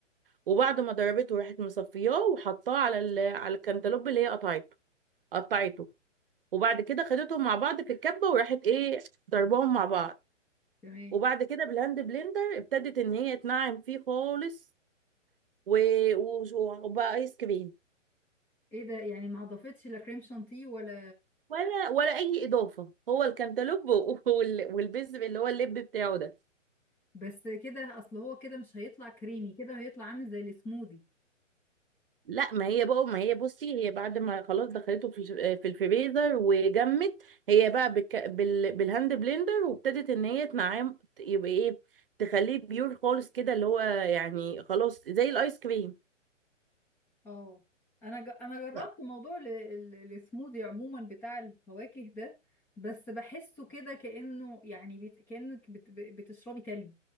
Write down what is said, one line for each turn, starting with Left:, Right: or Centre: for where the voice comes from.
Right: وبعد ما ضربته راحت مصفياه وحطاه على ال... على الكنتالوب اللي هي قطعته قطعته وبعد كده خدتهم مع بعض في الكبه وراحت ايه ضربهم مع بعض
Centre: تمام
Right: وبعد كده بالهاند بلندر ابتدت ان هي تنعم فيه خالص و... و... وبقى ايس كريم
Centre: ايه ده يعني ما اضافتش لا كريم شانتيه ولا
Right: ولا ولا اي اضافه هو الكنتالوب <laughs> وال... والبذر اللي هو اللب بتاعه ده
Centre: بس كده اصل هو كده مش هيطلع كريمي كده هيطلع عامل زي السموذي
Right: لا ما هي بقى ما هي بصي هي بعد ما خلاص دخلته في الش- في الفريزر وجمت هي بقى بك بال بالهاند بلندر وابتدت ان هي تنعم يبقى ايه تخليه بيور خالص كده اللي هو يعني خلاص زي الايس كريم
Centre: اه انا ج... انا جربت
Right: لا.
Centre: موضوع ال... ال- السموذي عموما بتاع الفواكه ده بس بحسه كده كأنه يعني بيت... كأنك بت... ب- بتشربي تلج